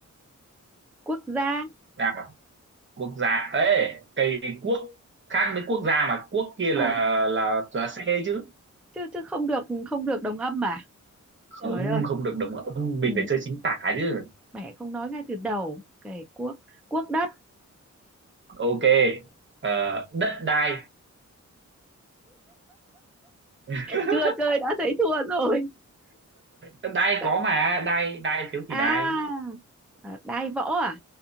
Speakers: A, in the centre; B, on the right.
A: quốc gia
B: nào quốc gia ê cày quốc khác với quốc gia mà quốc kia
A: ờ,
B: là là là xe chứ
A: chứ chứ không được không được đồng âm mà
B: không
A: trời ơi
B: không được đồng âm
A: ừ.
B: mình phải chơi chính tả chứ
A: mẹ không nói ngay từ đầu cày quốc quốc đất
B: ok Ờ, đất đai <laughs>
A: chưa chơi đã thấy thua rồi
B: đất đai
A: Đã-
B: có mà đai đai thiếu
A: à,
B: thì đai
A: à đai võ à